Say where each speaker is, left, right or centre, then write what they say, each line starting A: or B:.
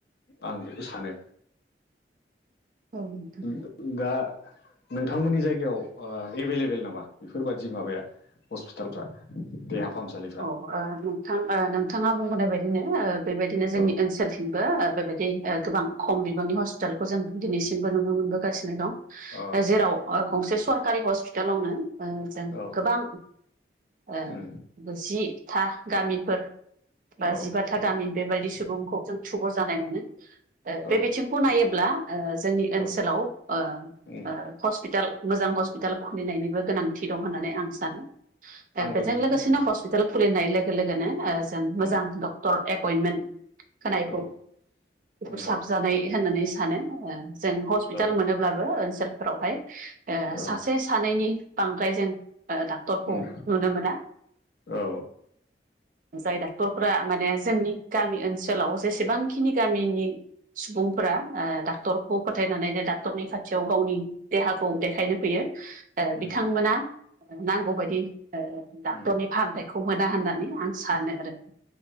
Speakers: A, on the left; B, on the right.
A: आं बेखौ सानो
B: औ नोंथां
A: द-दा नोंथांमोननि जायगायाव आ एबेलेबेल नामा बेफोरबादि माबाया हस्पिटालफ्रा देहा फाहामसालिफ्रा
B: औ, ओ नोंथां, ओ नोंथाङा बुंबोनाय बायदिनो ओ बेबायदिनो जोंनि
A: औ
B: ओनसोलथिं बो ओ बेबायदि ओ गोबां खम बिबांनि हस्पिटालखौ जों दिनैसिमबो नुनो मोनबोगासिनो दं
A: औ
B: ओ जेराव गंसे सरकारि हस्पितालावनो ओ जों
A: औ
B: गोबां ओ
A: उम
B: जि-था गामिफोर बा
A: औ
B: जिबााथा गामि बेबायदि सुबुंखौ जों थुबुर जानाय मोनो। ओ बे
A: औ नोंथां
B: बिथिंखौ नायोब्ला ओ जोंनि ओनसोलाव
A: औ
B: ओ-ओ
A: उम
B: हस्पिटाल मोजां हस्पिटाल खुलिनायनिबो गोनांथि दं होननानै आं सानो। ओ
A: आंबो
B: बेजों
A: बेखौनो
B: लोगोसेनो
A: सानो।
B: हस्पिटाल
A: औ
B: खुलिनाय
A: औ
B: लोगो लोगोनो ओ जों
A: उम
B: मोजां डक्टर एपइनमेन्ट
A: औ उम
B: <inaudible> साबजानाय होननानै सानो ओ जों हस्पिटाल
A: औ
B: मोनोब्लाबो ओन्सोलफोरावहाय ओ
A: औ
B: सासे सानैनि बांद्राय जों। ओ डाक्टरखौ
A: उम
B: नुनो मोना।
A: औ,
B: जाय डाक्टरफोरा माने जोंनि गामि ओनसोलाव जेसेबांखिनि गामिनि <inaudible> सुबुंफोरा ओ डाक्टरखौ फोथायनानैनो डाक्टरनि खाथियाव गावनि देहाखौ देखायनो फैयो। ओ
A: उम
B: बिथांमोना नांगौबादि ओ
A: उम
B: दा साननायखौ मोना होन्नानै आं सानो आरो